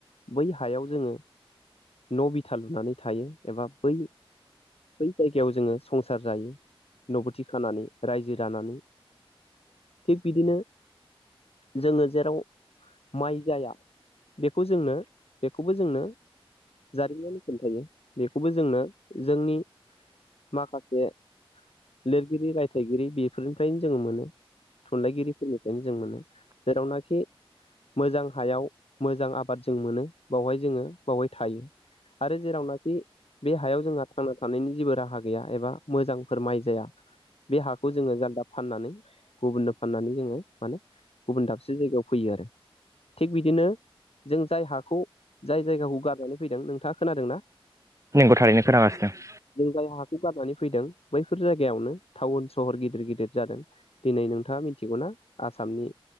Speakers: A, on the left; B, on the right.
A: बै हायाव जोङो न' बिथा लुनानै थायो एबा बै - बै जायगायाव जोङो संसार जायो न' बथि खानानै रायजो दानानै थिग बिदिनो जोङो जेराव माइ जाया बेखौ जोंनो बेखौबो जोंनो जारिमिनानो खोन्थायो । बेखौबो जोंनो जोंनि माखासे लिरगिरि रायथाइगिरि बेफोरनिफ्रायनो जों मोनो थुनलाइगिरिफोरनिफ्रायनो जों मोनो जेरावनाखि मोजां हायाव मोजां आबाद जों मोनो । बावहाय जोङो बावहाय थायो आरो जेरावनाखि बे हायाव जोंहा थांना थानायनि जेबो राहा गैया एबा मोजांफोर माइ जाया बे हाखौ जोङो जालदा फाननानै गुबुननो फाननानै जोङो माने गुबुन दाबसे जायगायाव फैयो आरो थिग बिदिनो जों जाय हाखौ जाय जायगाखौ गारनानै फैदों नोंथाङा खोनादों ना?
B: नोंगौ थारैनो खोनागासिनो ।
A: जाय हाखौ गारनानै फैदों बैफोर जायगायावनो टाउन सहर गिदिर गिदिर जादों दिनै नोंथाङा मिथिगौना आसामनि